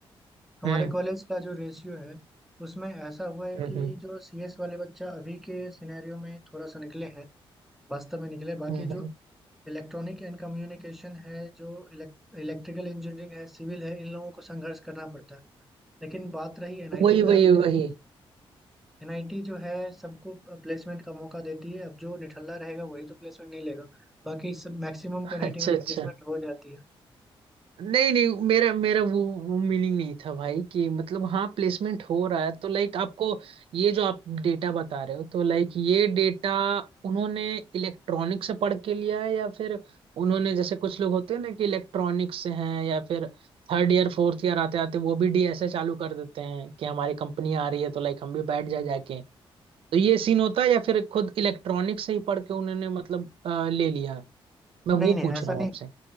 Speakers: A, in the centre; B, on the right (about 70°).
A: हमारे
B: हम्म
A: कॉलेज का जो रेशियो है उसमें ऐसा हुआ है
B: हम्म
A: कि
B: हम्म
A: जो सीएस वाले बच्चा अभी के सिनेरियो में थोड़ा सा निकले हैं वास्तव में निकले बाकी
B: हम्म, हम्म।
A: जो इलेक्ट्रॉनिक एंड कम्युनिकेशन है जो इलेक्ट्रिकल इंजीनियरिंग है सिविल है इन लोगों को संघर्ष करना पड़ता है लेकिन बात रही एनआईटी
B: वही
A: का
B: वही
A: तो
B: वही
A: एनआईटी जो है सबको प्लेसमेंट का मौका देती है अब जो निठल्ला रहेगा वही तो प्लेसमेंट नहीं लेगा बाकी सब मैक्सिमम
B: अच्छा
A: को एनआईटी में
B: अच्छा
A: प्लेसमेंट हो जाती है
B: नहीं नहीं मेरा मेरा वो, वो मीनिंग नहीं था भाई कि मतलब हाँ प्लेसमेंट हो रहा है तो लाइक आपको ये जो आप डेटा बता रहे हो तो लाइक ये डेटा उन्होंने इलेक्ट्रॉनिक से पढ़ के लिया है या फिर उन्होंने जैसे कुछ लोग होते हैं ना कि इलेक्ट्रॉनिक्स से हैं या फिर थर्ड ईयर फोर्थ ईयर आते आते वो भी डीएसए चालू कर देते हैं कि हमारी कंपनी आ रही है तो लाइक हम भी बैठ जाए जाके तो ये सीन होता है या फिर खुद इलेक्ट्रॉनिक्स से ही पढ़ के उन्होंने मतलब अ, ले लिया मैं वो
A: नहीं नहीं
B: पूछ
A: ऐसा
B: रहा हूँ
A: नहीं
B: आपसे